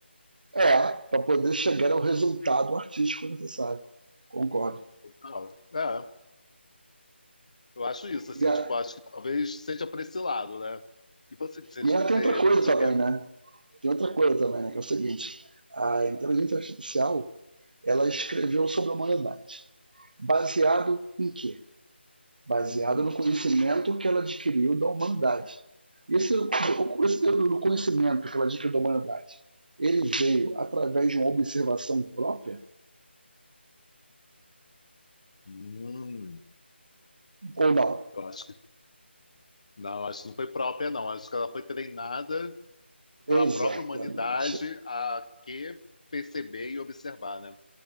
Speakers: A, on the right; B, on the left.
A: é, para poder chegar ao resultado artístico necessário. Concordo.
B: Não, é, eu acho isso, assim,
A: E, a,
B: tipo, acho que talvez seja para esse lado, né? E você, você,
A: e aí
B: você
A: tem outra coisa
B: pensa
A: também,
B: o quê?
A: né? Tem outra coisa também, né? Que é o seguinte: a inteligência artificial ela escreveu sobre a humanidade. Baseado em quê? baseada
B: Uhum.
A: no conhecimento que ela adquiriu da humanidade. Esse, esse no conhecimento que ela adquiriu da humanidade, ele veio através de uma observação própria
B: Hum,
A: ou não?
B: eu acho que, não, acho que não foi própria, não. Acho que ela foi treinada pela
A: Exatamente.
B: própria humanidade a que perceber e observar, né?